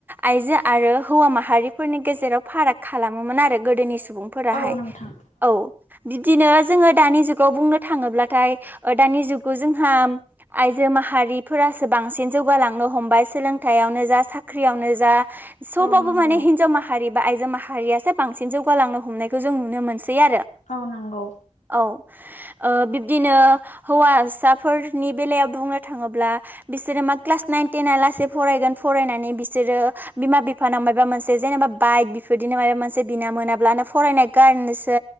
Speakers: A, on the right; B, on the left.
A: आइजो आरो हौवा माहारिफोरनि गेजेराव फाराग खालामोमोन आरो गोदोनि स बुंफोराहाय
B: औ नोंथां
A: औ बिदिनो जोङो दानि जुगाव बुंनो थांङोब्लाथाय दानि जुगाव जोंहा आइजो माहारिफोरा बांसिन जौगालांनो हमबाय सोलोंथायावनो जा साख्रियावनो जा सबावबो
B: औ नंगौ
A: माने हिनजाव माहारि बा आइजो माहारियासो बांसिन जौगालांनो हमनायखौ जों नुनो मोनसै आरो
B: औ नंगौ
A: औ ओ बिब्दिनो हौवासाफोरनि बेलायाव बुंनो थाङोब्ला बिसोरो मा क्लास नाइन टेन लासै फरायगोन फरायनानै बिसोरो बिमा बिफानाव माबा मोनसे जेनेबा बाइक बिफोरदिनो माबा मोनसे बिना मोनाब्लानो फरायनाय गारनोसो